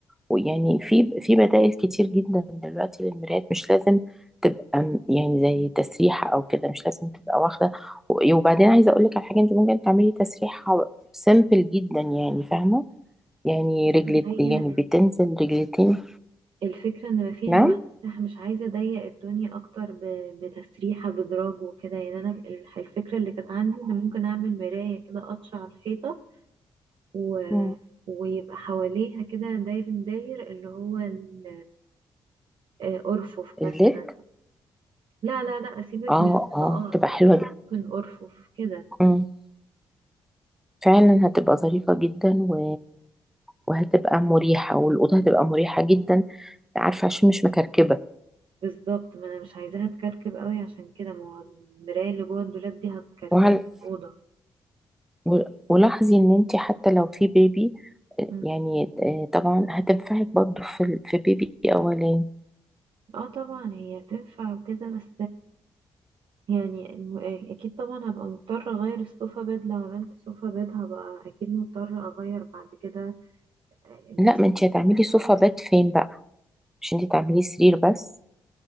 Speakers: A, in the centre; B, on the right.
A: ويعني في في بدائل كتير جدا دلوقتي للمرايات مش لازم تبقى م- يعني زي تسريحة أو كده مش لازم تبقى واخدة و- وبعدين عايزة أقول لك على حاجة أنت ممكن تعملي تسريحة سيمبل جدا يعني فاهمة يعني
B: بس
A: رجلت يعني
B: هي
A: بتنزل رجلتين
B: الفكرة ان مفيش
A: نعم
B: بقى انا مش عايزة اضيق الدنيا اكتر ب- بتسريحة بدراج وكده يعني انا الح- الفكرة اللي كانت عندي ان ممكن اعمل مراية كده قطشة على الحيطة و...
A: مم.
B: ويبقى حواليها كده داير داير اللي هو ال- آه، ارفف
A: الليك
B: مثلا لا لا لا اسيبك
A: اه
B: من القطاعات
A: اه تبقى حلوة
B: آه،
A: جدا
B: ممكن ارفف كده
A: مم. فعلا هتبقى ظريفة جدا و... وهتبقى مريحة والأوضة هتبقى مريحة جدا عارفة عشان مش مكركبة
B: بالظبط ما انا مش عايزاها تكركب قوي عشان كده ما هو المراية اللي جوه الدولاب دي هتكركب
A: وعلى
B: الأوضة
A: و- ولاحظي ان انت حتى لو في بيبي
B: مم.
A: يعني آه، طبعا هتنفعك برضو في ال- في بيبي اولاني
B: اه طبعا هي تنفع وكده بس يعني الم- اكيد طبعا هبقى مضطرة اغير السوفا بيد لو عملت سوفا بيد هبقى اكيد مضطرة اغير بعد كده آه، اجيب
A: لا
B: سرير
A: ما انت هتعملي صوفة
B: أغيره.
A: بات فين بقى مش انت تعملي سرير بس